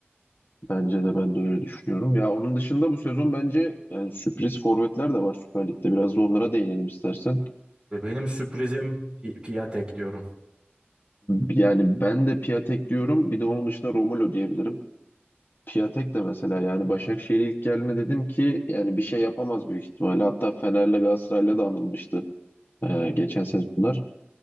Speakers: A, on the left (about 55°); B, on the right (about 25°).
A: Bence de ben de öyle düşünüyorum. Ya onun dışında bu sezon bence yani sürpriz forvetler de var Süper Lig'de. Biraz da onlara değinelim istersen.
B: Ve benim sürprizim Pi- Piatek diyorum.
A: Yani ben de Piatek diyorum. Bir de onun dışında Romulo diyebilirim. Piatek de mesela yani Başakşehir'e ilk geldiğinde dedim ki yani bir şey yapamaz büyük ihtimalle. Hatta Fener'le Galatasaray'la da anılmıştı e, geçen sezonlar.